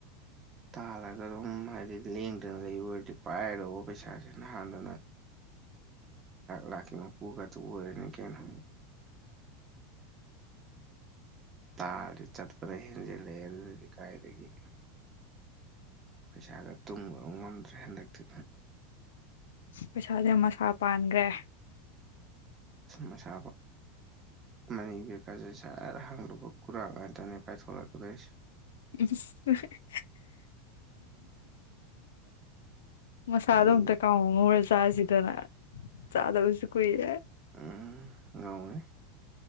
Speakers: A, on the right; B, on the left.
A: ꯇꯥꯜꯂꯒ ꯑꯗꯨꯝ ꯍꯥꯏꯗꯤ ꯂꯦꯡꯗꯅ ꯂꯩꯕ ꯑꯣꯏꯔꯗꯤ ꯄꯥꯏꯔꯛꯑꯣ ꯄꯩꯁꯥꯁꯤꯦ ꯅꯍꯥꯟꯗꯅ
B: ꯍꯨꯝꯝ
A: ꯂꯥ ꯃ ꯄꯨꯒ ꯇ ꯑꯣꯏꯔꯦꯅꯤ ꯀꯦꯅ ꯇꯥꯕꯗꯤ ꯆꯠꯄ꯭ꯔꯥ ꯍꯦꯟꯖꯤꯜꯂꯦ ꯑꯗꯨꯗꯗꯤ ꯀꯥꯏꯗꯒꯤ ꯄꯩꯁꯥꯒ ꯇꯨꯡꯕ ꯉꯝꯗ꯭ꯔꯦ ꯍꯟꯗꯛꯇꯤ
B: ꯄꯩꯁꯥꯥꯁꯦ ꯃꯁꯥ ꯄꯥꯟꯈ꯭ꯔꯦ
A: ꯃꯁꯥ ꯃꯅꯤꯕ ꯀꯁ ꯑꯗ ꯍꯪꯗꯕ ꯀꯨꯔꯥꯡ ꯉꯥꯛꯇꯅꯦ ꯄꯥꯏꯊꯣꯔꯂꯛꯀꯗꯣꯏꯁꯦ
B: <unintelligible> ꯃ ꯆꯥꯗꯧ
A: ꯑꯩ
B: ꯇ ꯀꯥꯎ ꯃ ꯆꯥꯁꯤꯗꯅ ꯆꯥꯗꯧꯁꯨ ꯀꯨꯏꯔꯦ
A: ꯎꯝ ꯉꯧꯋꯦ